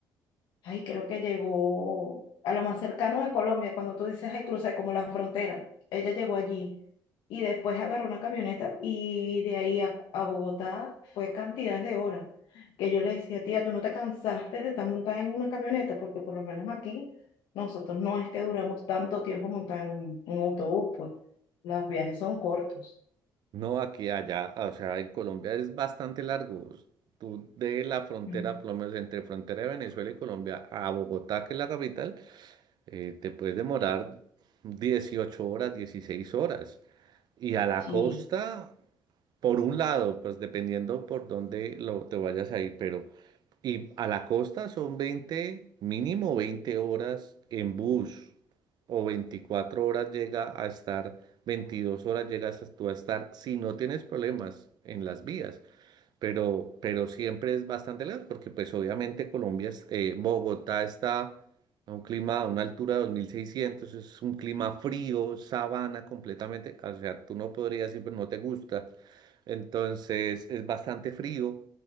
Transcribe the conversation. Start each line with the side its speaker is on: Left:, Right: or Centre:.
Left: Ay, creo que llegó a lo más cercano de Colombia, cuando tú dices, ay, crucé como la frontera. Ella llegó allí y después agarró una camioneta y de ahí a, a Bogotá fue cantidades de horas que yo le decía, tía, tú no te cansaste de estar montada en una camioneta, porque por lo menos aquí nosotros no es que duramos tanto tiempo montada en un, un autobús, pues los viajes son cortos.
Right: No, aquí, allá, o sea, en Colombia es bastante largo. Tú de la frontera,
Left: Mm.
Right: por lo menos entre frontera de Venezuela y Colombia a Bogotá, que es la capital. eh, te puedes demorar 18 horas, 16 horas. Y a la
Left: Sí,
Right: costa, por un lado, pues dependiendo por dónde lo, te vayas a ir, pero y a la costa son veinte mínimo 20 horas en bus o 24 horas llega a estar, 22 horas llegas a- tú a estar si no tienes problemas en las vías pero, pero siempre es bastante lejos, porque pues obviamente Colombia, es- eh, Bogotá está a un clima, a una altura de 2600, es un clima frío, sabana completamente, o sea, tú no podrías ir, pero no te gusta, entonces es bastante frío